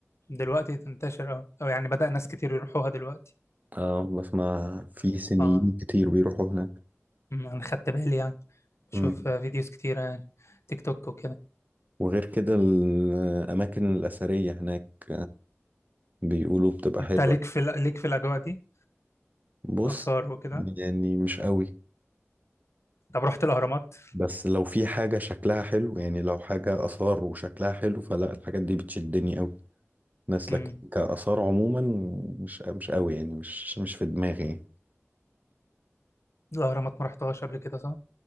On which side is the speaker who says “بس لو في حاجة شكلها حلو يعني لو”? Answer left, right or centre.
Right